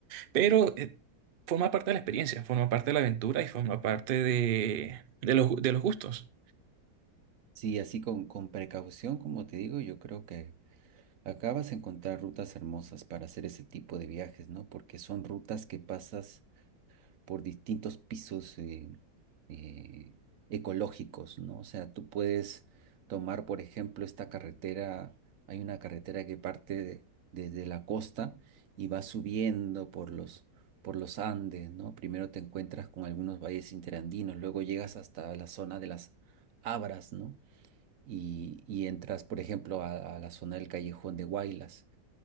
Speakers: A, on the right; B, on the right.
A: Pero eh, forma parte de la experiencia, forma parte de la aventura y forma parte de, de los, de los gustos.
B: Sí, así con, con precaución, como te digo, yo creo que acabas de encontrar rutas hermosas para hacer ese tipo de viajes, ¿no? Porque son rutas que pasas por distintos pisos eh, eh, ecológicos, ¿no? O sea, tú puedes tomar, por ejemplo, esta carretera, hay una carretera que parte de- desde la costa y va subiendo por los, por los Andes, ¿no? Primero te encuentras con algunos valles interandinos, luego llegas hasta la zona de las Abras, ¿no? Y, y entras, por ejemplo, a, a la zona del Callejón de Huaylas.